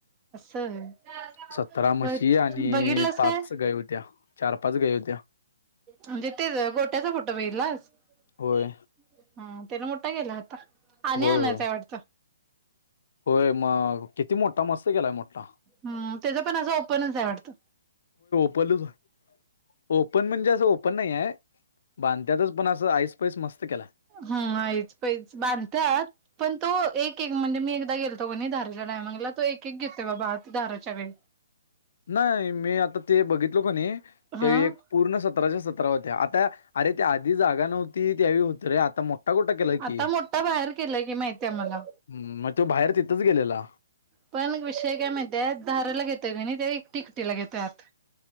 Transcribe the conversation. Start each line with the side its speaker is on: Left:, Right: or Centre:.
Right: <unintelligible>
Left: सत्तरा म्हशी
Right: होय
Left: आणि
Right: बघितलंस
Left: पाच
Right: काय?
Left: गाई होत्या चार पाच गाई होत्या.
Right: म्हणजे तेच गोट्याचा फोटो बघितलास <inaudible>
Left: होय
Right: त्यान मोठा गेला होता आणि
Left: होय
Right: आणायचंय
Left: होय
Right: वाटतं.
Left: होय म किती मोठा मस्त गेलाय मोठा,
Right: हम् त्याचं पण असं ओपनच आहे वाटत.
Left: <inaudible> ओपन म्हणजे असं ओपन नाहीये बांधत्यातच पण असं ऐस, पैस मस्त केलाय
Right: हैच पैच बांधत्यात पण तो एक एक एक म्हणजे मी एकदा गेलो कि नई <unintelligible> तो एक एक घेतोय बाबा धाराच्या गाई
Left: नाही मी आता ते बघितलो कणी
Right: हा
Left: त्या एक पूर्ण सतराच्या सतरा होत्या आता अरे ते आधी जागा नव्हती त्यावेळी होत रे आता <unintelligible> <unintelligible> केलाय
Right: आता
Left: की्
Right: मोठा बाहेर केलाय की माहितीय मला.
Left: म त्यो बाहेर तिथच गेलेला,
Right: पण विषय काय माहितीये धाराला घेतोय की नाही ते <unintelligible> घेतोय आत